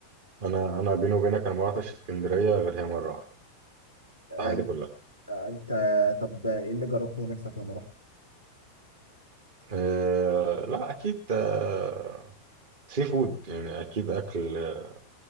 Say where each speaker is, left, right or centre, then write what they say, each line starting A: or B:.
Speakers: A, on the right; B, on the right.
A: انا انا بيني وبينك انا ما رحتش اسكندريه غير هي مره واحده
B: آه،
A: في حياتي كلها
B: آه، انت طب ايه اللي جربته هناك ساعه لما رحت
A: أه لا اكيد أه سي فود يعني اكيد اكل آه،